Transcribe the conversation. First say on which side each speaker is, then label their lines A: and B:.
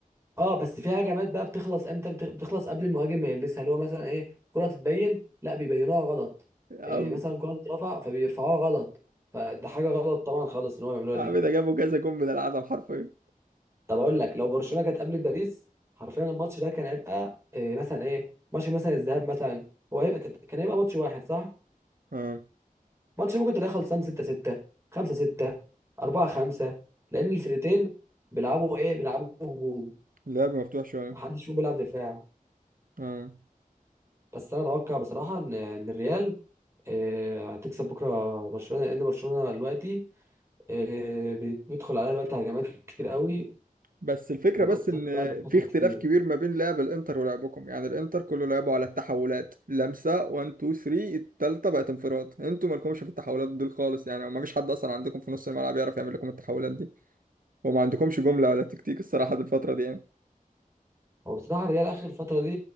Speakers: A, on the right (about 20°); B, on the right (about 70°).
A: اه بس في هجمات بقى بتخلص امتى بتخ- بتخلص قبل المهاجم ما يلمسها اللي هو مثلا ايه كرة تتبين لا بيبينوها غلط
B: يا
A: إيه
B: عم
A: مثلا كرة تترفع فبيرفعوها غلط فده حاجة غلط طبعا خالص ان هم بيعملوها
B: يا
A: دي
B: عم ده جابوا كذا جول من العدم حرفيا
A: طب اقول لك لو برشلونة كانت قابلت باريس حرفيا الماتش ده كان هيبقى إيه مثلا ايه ماتش مثلا الذهاب مثلا هو هيبقى كان كان هيبقى ماتش واحد صح
B: اه
A: ماتش ممكن تلاقيه خلصان 6 6 5 6 4 5 لان الفرقتين بيلعبوا ايه بيلعبوا هجوم
B: اللعب مفتوح شويه
A: محدش فيهم بيلعب دفاع
B: اه
A: بس انا اتوقع بصراحة ان إن الريال آه، هتكسب بكره برشلونه لان برشلونه دلوقتي آه، بيدخل عليها دلوقتي هجمات كتير قوي
B: بس الفكرة
A: والاوفسايد
B: بس إن
A: بقى بتخسر
B: في اختلاف
A: كتير
B: كبير ما بين لعب الإنتر ولعبكم يعني الإنتر كله لعبوا على التحولات لمسة 1 2 3 التالتة بقت انفراد انتوا مالكمش في التحولات دي خالص يعني وما فيش حد أصلا عندكم في نص الملعب يعرف يعمل لكم التحولات دي وما عندكمش جملة ولا تكتيك الصراحة دي الفترة دي يعني
A: هو بصراحه الريال اخر الفتره دي